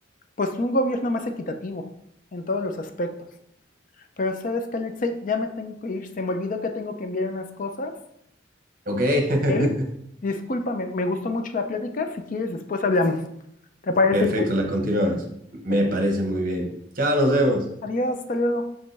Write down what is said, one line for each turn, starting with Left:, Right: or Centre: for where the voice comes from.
Left: pues, un gobierno más equitativo en todos los aspectos. Pero sabes que, Alexei, ya me tengo que ir. Se me olvidó que tengo que enviar unas cosas.
Right: Ok, <laughs>
Left: Hey, discúlpame, me gustó mucho la plática. Si quieres, después hablamos. ¿Te parece?
Right: perfecto,
Left: bien?
Right: la continuamos. Me
Left: Ok.
Right: parece muy bien. Chao, nos vemos.
Left: Adiós, hasta luego.